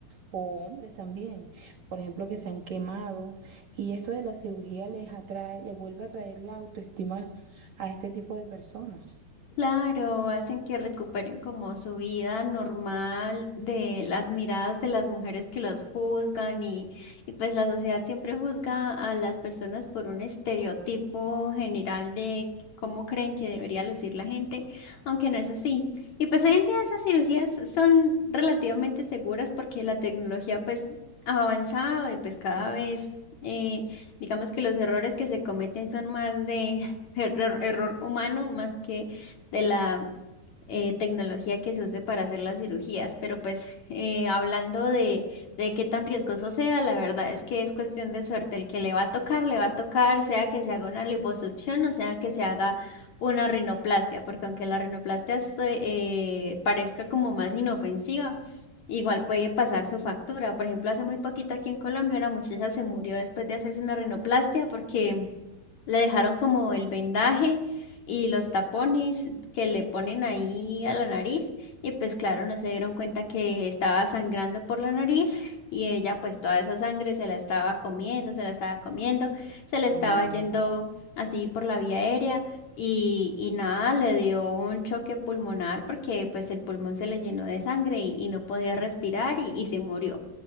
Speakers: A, on the right (about 55°); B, on the left (about 50°).
A: o hombres también, por ejemplo, que se han quemado y esto de la cirugía les atrae, les vuelve a traer la autoestima a este tipo de personas.
B: Claro, hacen que recuperen como su vida normal de las miradas de las mujeres que los juzgan y, y pues la sociedad siempre juzga a las personas por un estereotipo general de cómo creen que debería lucir la gente, aunque no es así. Y pues hoy en día esas cirugías son relativamente seguras porque la tecnología pues ha avanzado y pues cada vez eh, digamos que los errores que se cometen son más de <laughs> error error humano más que de la eh, tecnología que se use para hacer las cirugías. Pero pues eh, hablando de, de qué tan riesgoso sea, la verdad es que es cuestión de suerte. El que le va a tocar, le va a tocar, sea que se haga una liposucción o sea que se haga una rinoplastia, porque aunque la rinoplastia se- eh, parezca como más inofensiva, Igual puede pasar su factura. Por ejemplo, hace muy poquito aquí en Colombia una muchacha se murió después de hacerse una rinoplastia porque le dejaron como el vendaje y los tapones que le ponen ahí a la nariz y pues claro, no se dieron cuenta que estaba sangrando por la nariz <laughs> y ella pues toda esa sangre se la estaba comiendo, se la estaba comiendo, se le
A: Qué
B: estaba
A: mal.
B: yendo así por la vía aérea y, y nada, le dio un choque pulmonar porque pues el pulmón se le llenó de sangre y, y no podía respirar y, y se murió